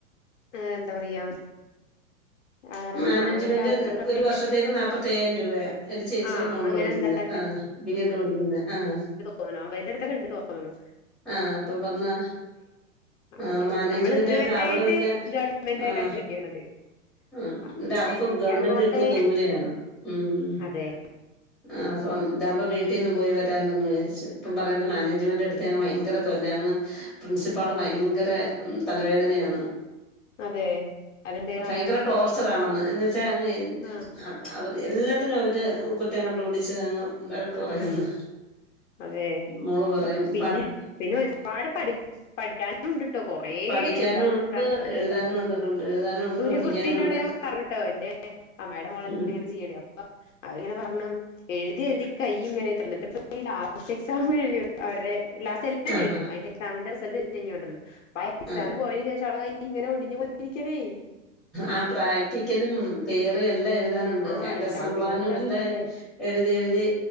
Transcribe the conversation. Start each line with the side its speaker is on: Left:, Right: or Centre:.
Left: ഏഹ് എന്താ പറയാ? ആഹ്
Centre: മാനേജ്മെന്റ്
Left: അങ്ങനത്തെ ആളുകൾക്കൊക്കെ
Centre: ഒര് വർഷത്തേക്ക് നാപ്പത്തയ്യായിരം രൂപയാ എന്റെ ചേച്ചിടെ
Left: ആഹ്
Centre: മോള്
Left: അങ്ങനെ
Centre: പഠിക്ക്‌ന്നേ
Left: എന്താട്ടെ
Centre: ആഹ് ബി എഡ് പഠിക്ക്‌ന്നേ ആഹ്.
Left: തോന്ന്ണു അവര്ടെ ട്ത്തൊക്കെണ്ട് തോന്ന്ണു
Centre: ആഹ് അപ്പ പർഞ്ഞാ ആഹ്
Left: അപ്പൊ
Centre: മാനേജ്മെന്റായപ്പ
Left: നമ്മൾ ഇതുവരായിട്ട്
Centre: അവള് പിന്നെ
Left: ഗവൺമെന്റ്
Centre: ആഹ്
Left: ആയിട്ടാ കിട്ടിയണത്
Centre: ഉം
Left: അപ്പൊ
Centre: ന്ന്‌ട്ടവക്ക്
Left: പിന്നെ ഇനി
Centre: ഗവൺമെന്റ്
Left: അങ്ങോട്ട്
Centre: കിട്ട്യ ദൂരെയാണ്. ഊം
Left: അതെ
Centre: ആഹ് സ്വം താമ്പ വീട്ടിന്ന് പോയി വരാല്ലോന്ന് വിചാരിച്ച്. പ്പം
Left: ആഹ്
Centre: പറയ്ന്ന് മാനേജ്മെന്റ് എടുത്തയങ്ങ് ഭയങ്കര തൊല്ലാങ്ങ് പ്രിൻസിപ്പാള് ഭയങ്കെര ഉം തലവേദനയാന്ന്.
Left: അതെ അതെന്തെ
Centre: ഭയങ്കര
Left: ആവോ?
Centre: ടോർച്ചറാണെന്ന് എന്നു വെച്ചാ അങ്ങ് എൻ എ
Left: ആഹ്
Centre: അ അവത് എല്ലാത്തിനും അവര് കുറ്റം കണ്ട്പിടിച്ചങ്ങ് വഴക്ക്‌
Left: ആഹ്
Centre: പറഞ്ഞെന്ന്
Left: ആഹ് അതെ
Centre: മോള് പറയ്ന്ന്
Left: പിന്നെ പിന്നെ ഒര്പാട് പഠ് പഠിക്കാനും ണ്ട്ട്ടോ കൊറേ
Centre: പഠിക്കാനും
Left: എഴ്താനും
Centre: ഉണ്ട്
Left: കുത്താനൊക്കെണ്ട്ത്രേ.
Centre: എഴുതാനും ഉണ്ടൊക്കെ ഉണ്ട് എഴുതാനും ഉണ്ട്
Left: ഒര്
Centre: പഠിക്കാനും
Left: കുട്ടീനോട്
Centre: ഉണ്ട്
Left: ഞാൻ പർഞ്ഞുട്ടോ എന്റെ അമ്മായിടെ മൊളന്നെങ്ങനെ
Centre: ഉം
Left: <unintelligible> പ്പം അവര്ങ്ങനെ പർഞ്ഞു എഴ്തി എഴ്തി കയ്യിങ്ങനെത്ര ന്നിട്ട്പ്പ ഈ ലാസ്റ്റെക്സാം കഴ്ഞ്ഞു അവര്ടെ ലാസ്റ്റെല്ലാം
Centre: ആഹാ
Left: കഴ്ഞ്ഞു അയിന്റെ എക്സാമിന്റെ റിസൾട്ട് <unintelligible> പ്പയെക്
Centre: ആ
Left: സാമിന് പോയതിന് ശേഷവളെ കയ്യിങ്ങനെ ഒടിഞ്ഞ് പൊട്ടീക്ക്ണേ
Centre: ആഹ് പ്രാക്ടിക്കലും തിയറിയും എല്ലെഴുതാനൊണ്ട്
Left: ആ
Centre: എൽ
Left: എല്ലാം
Centre: എസ്സം പ്ലാനും
Left: കൂടി ഇതാക്കണ്ടേ
Centre: എല്ലേ എഴ്തി എഴ്തി